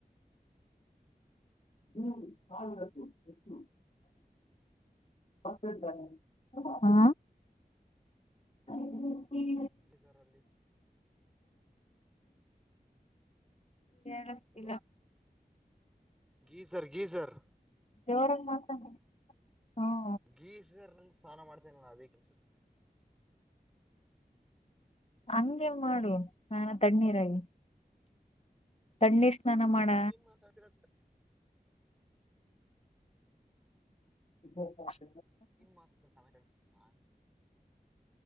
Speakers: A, on the left; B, in the centre.
A: ಹ್ಮ್ ಹದು ಅ ಹಾ <unintelligible> <inaudible>
B: ಗೀಜರ್ ಅಲ್ಲಿ
A: ಹಳಷ್ಟ
B: ಹಲೋ ಗೀಸರ್ ಗೀಸರ್
A: ಜೋರಂಗ ಮಾಸ ಹ್ಮ
B: ಗೀಸಗರ್ ನಲ್ಲಿ ಸ್ನಾನ ಮಾಡ್ತೇನೆ ನ ಅದೇ ಕೆಲ್ಸುತ್ತ
A: ಹಂಗೆ ಮಾಡು ನಾನ ತಣ್ಣೀರಾಗಿ ತಣ್ಣೀರ್ ಸ್ನಾನ ಮಾಡ
B: ನೀನ್ ಮಾತಾಡ್ತಿರ
A: ಹ
B: ಮೀನ್ ಮಾದದಲ್ಲಿ ತಲೆಗಳ ಆ